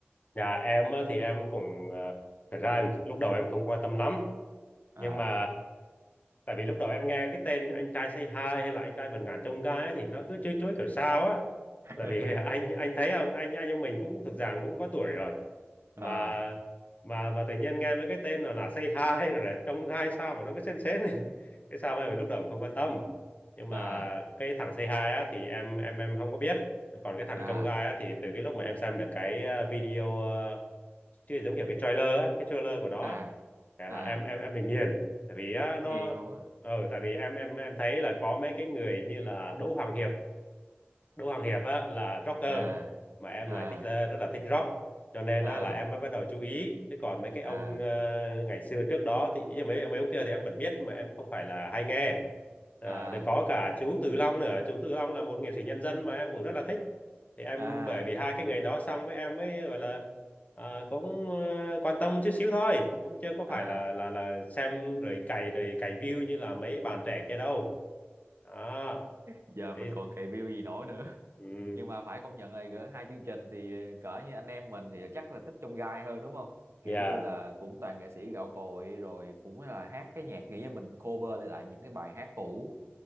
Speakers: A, on the left; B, on the right.
A: Dạ em á, thì em cũng à, thật ra em, lúc đầu em không quan tâm lắm
B: à
A: nhưng mà tại vì lúc đầu em nghe cái tên anh trai Say Hi hay là anh trai vượt ngàn chông gai ấy, thì nó cứ chuối chuối kiểu sao á
B: <laughs>
A: tại vì <laughs> anh anh thấy không anh anh em mình cũng thực ra cũng có tuổi rồi mà
B: à
A: mà mà tự nhiên nghe mấy cái tên là, là Say Hi rồi là chông gai sao mà nó cứ sến sến <laughs> cái sao em lúc đầu không quan tâm nhưng mà
B: à
A: cái thằng Say Hi á thì em em em không có biết còn cái thằng
B: à
A: chông gai á thì từ cái lúc mà em xem được cái ờ, video ờ, chứ giống kiểu cái trailer á cái trailer của nó
B: à
A: á, Thế
B: à
A: là em em em bị nghiền tại vì á, nó
B: nghiền luôn á
A: ừ, tại vì em em em thấy là có mấy cái người như là Đỗ Hoàng Hiệp Đỗ Hoàng Hiệp á là rocker
B: <laughs>
A: mà em
B: à à
A: lại thích là, rất là thích rock cho nên
B: à
A: á, là em mới bắt đầu chú ý chứ còn mấy cái
B: à
A: ông ờ, ngày xưa trước đó thì ý là mấy mấy ông kia thì em vẫn biết nhưng mà em không phải là hay nghe Ờ,
B: à
A: đây có cả chú Từ Long nữa chú Từ Long là một nghệ sĩ nhân dân mà em cũng rất là thích thì em
B: à
A: bởi vì hai cái nghề đó xong mấy em mới gọi là à, cũng ờ, quan tâm chút xíu thôi cũng chưa có
B: à
A: phải là là là xem rồi cày rồi cày view như là mấy bạn trẻ kia đâu đó
B: giờ
A: Đấy.
B: mình còn cày view gì nổi nữa
A: ừ
B: nhưng mà phải công nhận là gỡ hai chương trình thì cỡ như anh em mình thì chắc là thích trong gai hơn đúng không kiểu
A: yeah
B: như là cũng toàn nghệ sĩ gạo cội rồi cũng là hát cái nhạc nghĩa là mình cover lại lại những cái bài hát cũ